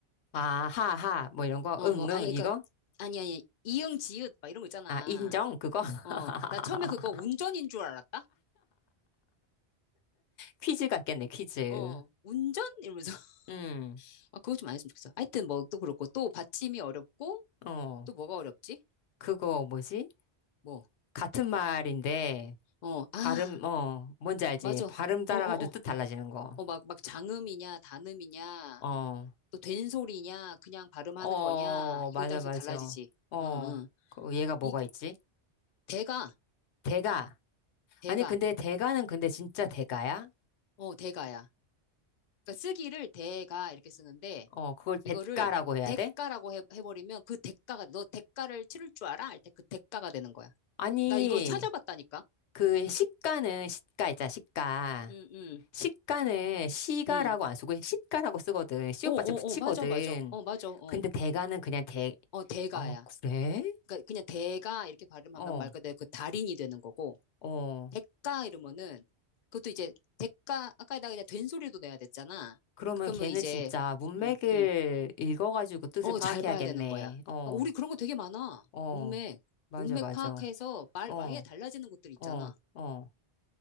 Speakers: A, on the left; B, on the left.
A: 아, 하, 하, 뭐 이런 거,
B: 어,
A: 응,
B: 뭐, 아니,
A: 응, 이거?
B: 그니까, 아니, 아니. 이응, 지읒, 막 이런 거 있잖아.
A: 아, 인정? 그거? <laughs>
B: 어, 나 처음에 그거 운전인 줄 알았다?
A: 퀴즈 같겠네, 퀴즈.
B: 어, 운전? 이러면서. <laughs>
A: 음,
B: 아, 그거 좀 안 했으면 좋겠어. 하여튼 뭐 또 그렇고 또 받침이 어렵고
A: 어,
B: 또 뭐가 어렵지?
A: 그거 뭐지?
B: 뭐,
A: 같은 말인데,
B: 어, 아,
A: 발음, 어, 뭔지 알지?
B: 맞아. 어,
A: 발음 따라가지고
B: 어, 어.
A: 뜻 달라지는 거.
B: 어, 막, 막 장음이냐, 단음이냐,
A: 어,
B: 또 된소리냐, 그냥 발음하는
A: 어,
B: 거냐, 이것
A: 맞아,
B: 따라서
A: 맞아.
B: 달라지지.
A: 어,
B: 응, 응.
A: 그 얘가 뭐가
B: 이,
A: 있지?
B: 대가,
A: 대가.
B: 대가,
A: 아니, 근데 대가는 근데 진짜 대가야?
B: 어, 대가야. 그러니까 쓰기를 대가 이렇게 쓰는데,
A: 어, 그걸 대가라고
B: 이거를
A: 해야
B: 대가라고
A: 돼?
B: 해, 해버리면 그 대가가, 너 대가를 치를 줄 알아? 할 때 그 대가가 되는 거야.
A: 아니,
B: 나 이거 찾아봤다니까?
A: 그 시가는 시가 있잖아, 시가.
B: 응, 응,
A: 시가는 시가라고
B: 응.
A: 안 쓰고 시가라고 쓰거든. 시옷받침
B: 어, 어,
A: 붙이거든.
B: 어, 맞아, 맞아. 어, 맞아, 어.
A: 근데 대가는 그냥 대,
B: 어, 대가야.
A: 어, 그래?
B: 그러니까 그냥 대가 이렇게 발음하면
A: 어,
B: 말 그대로 그 달인이 되는 거고
A: 어.
B: 대가 이러면은 그것도 이제 대가 아까 나 그냥 된소리도 내야 됐잖아.
A: 그러면
B: 그러면
A: 걔는
B: 이제
A: 진짜 문맥을
B: 음, 음.
A: 읽어가지고 뜻을
B: 어,
A: 파악해야겠네.
B: 잘 봐야 되는 거야.
A: 어,
B: 아, 우리 그런 거 되게 많아.
A: 어.
B: 문맥,
A: 맞아,
B: 문맥
A: 맞아.
B: 파악해서 말
A: 어,
B: 아예 달라지는 것들 있잖아.
A: 어, 어.